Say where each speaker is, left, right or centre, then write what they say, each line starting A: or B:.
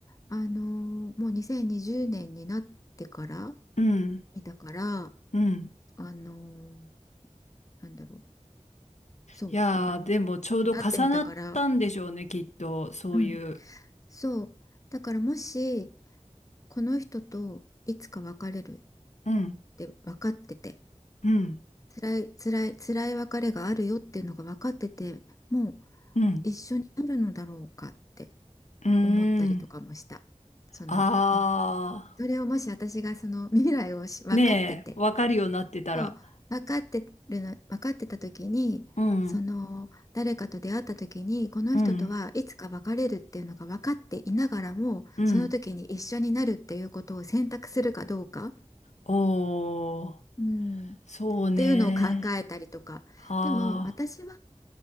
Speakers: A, on the left (about 30°); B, on the left (about 70°).
A: あのーもう2020年にじゅうねんになってから
B: う。うん。
A: 見たから、
B: うん。
A: あのーなんだろう、そう、
B: いやー、
A: だからもう、
B: でもちょうど重なったんでしょうね、
A: なってみたから、
B: きっと。そういう。
A: うん、そう、だからもし、この人といつか別れるっ
B: うん。
A: て分かってて、
B: うん。
A: 辛い辛い辛い別れがあるよっていうのが分かってて、もう
B: うん。
A: 一緒になるのだろうかって
B: うー
A: 思ったりとかもした。
B: ん。
A: その、
B: あ
A: ねそれをもし私がその未来をし分かってて、
B: ー。ねえ、わかるようになってたら。
A: そう分かってるの、分かってた時に、
B: うん。
A: その誰かと出会った時にこの人とはいつか別れるっていうのが分かっていながらもその時に一緒になるっていうことを選択するかどうか、
B: うん。うん。おー。
A: うん、っ
B: そうね。
A: ていうのを考えたりとかでも私は
B: あ